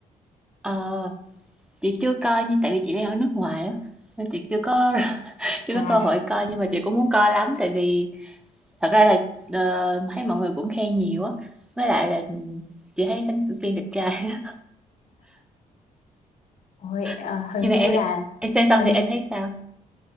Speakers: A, in the centre; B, on the left.
A: Ờ, chị chưa coi nhưng tại vì chị đang ở nước ngoài á nên chị chưa có <laughs> chưa
B: À
A: có cơ hội coi nhưng mà chị cũng muốn coi lắm tại vì thật ra là ờ, thấy mọi người cũng khen nhiều á với lại là chị thấy Thánh Tử Kiên đẹp trai á.
B: Ôi, ờ,
A: <laughs>
B: hình
A: nhưng
B: như
A: mà em
B: là
A: em xem xong
B: hình,
A: thì em thấy sao